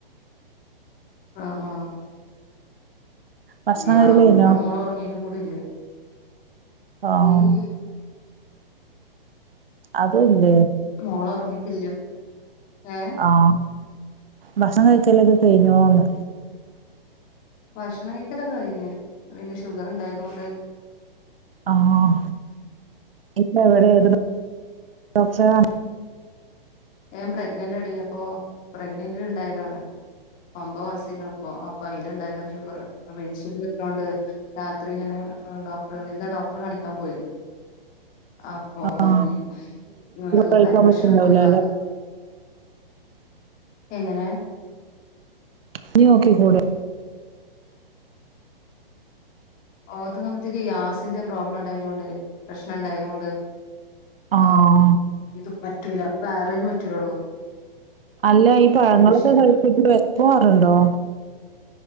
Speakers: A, on the left; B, on the right.
A: ആഹ് ആഹ്
B: ഭക്ഷണം
A: ഒരികാന
B: കഴിക്കല് കഴിഞ്ഞോ
A: എന്റെ മോളൊറങ്ങീട്ടുംകൂടില്ല
B: ആഹ്
A: മ്മ്
B: അതും ല്ലെ
A: മോളൊറങ്ങീട്ടില്ല ഏഹ്
B: ആഹ് ഭക്ഷണം കഴിക്കലൊക്കെ കഴിഞ്ഞോന്ന്
A: ഭക്ഷണം കഴിക്കലൊക്കെ കഴിഞ്ഞ് പിന്നെ ഷുഗറുണ്ടായതോണ്ട്
B: ആഹ് ഇന്നെവിടെയായിരുന്നു ഡോക്ടറെ കാണി
A: ഞൻ പ്രഗ്നെന്റെടി അപ്പൊ പ്രഗ്നന്റിലുണ്ടായതാണ് ഒമ്പമാസായിക്കണ് പ്പോ അപ്പോ അയില്ണ്ടായതാണ് ഷുഗറ് അപ്പൊ ഇൻസുലിനുള്ളോണ്ട് രാത്രി ഇങ്ങനെ ഡോക്ടറിന്ന് ഡോക്ടറെ കാണിക്കാ പോയത് അപ്പോപറഞ്ഞ്
B: ആ
A: മ്
B: കഴിക്കാൻ
A: അരിഭക്ഷണൊക്കെ
B: പറ്റുണ്ടാവില്ല
A: ഒഴിവാ
B: അല്ലെ
A: എങ്ങനെ?
B: നീ നോക്കി കൂടെ?
A: ഓർത്തങ്ങ്പത്തേക്ക് ഗ്യാസിന്റെ പ്രോബ്ലം ണ്ടായതോണ്ടേ പ്രശ്നം ണ്ടായതോണ്ട്
B: ആഹ്
A: ഔ ഇത് പറ്റൂല വേറെന് പറ്റൂലോടോ
B: അല്ല ഈ പഴങ്ങളൊക്കെ
A: വിഷയണ്ട്
B: കഴിച്ചിട്ട് വെശ്പ്പ് മാറ്ണ്ടോ?